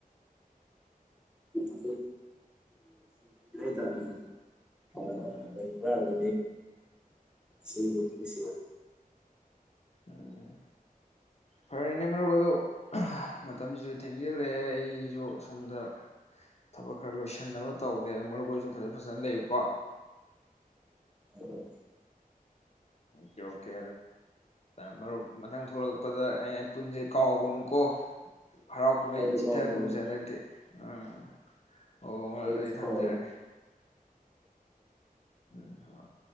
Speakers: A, in the centre; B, on the left (about 45°).
A: ꯁꯤꯍ ꯇꯔ
B: ꯎꯝ
A: ꯑ ꯑꯩ ꯀ ꯑꯗꯨ ꯁꯤ ꯁꯤ
B: ꯎꯝ ꯐꯔꯩꯅ ꯃꯔꯨꯞ ꯑꯗꯣ ꯃꯇꯝꯁꯤꯁꯨ ꯊꯦꯡꯖꯤꯜꯂꯛꯑꯦ ꯑꯩꯁꯨ ꯁꯣꯝꯗ ꯊꯕꯛ ꯈꯔ ꯂꯣꯏꯁꯤꯟꯅꯕ ꯇꯧꯒꯦ ꯑꯗꯣ ꯃꯔꯨꯣꯏꯁꯨ ꯐꯖ ꯐꯖꯅ ꯂꯩꯌꯨꯀꯣ
A: ꯎꯝ
B: ꯀꯣꯀꯦ ꯃꯔꯨꯞ ꯃꯊꯪ ꯊꯣꯛꯂꯛꯄꯗ ꯑꯩꯅ ꯄꯨꯟꯁꯦ ꯀꯥꯎꯒꯅꯨꯀꯣ ꯍꯔꯥꯎ ꯀꯨꯝꯍꯩ
A: ꯍꯣꯏ
B: ꯆꯤꯊꯒꯨꯝꯁꯦ
A: ꯀꯥꯎꯔꯦ
B: ꯍꯟꯗꯛꯇꯤ ꯎꯝ ꯍꯣ ꯃꯔꯨꯞ
A: ꯑꯩ
B: ꯑꯗꯨꯗꯤ ꯊꯝꯖꯔꯒꯦ
A: ꯍꯣ
B: ꯎꯝ ꯍ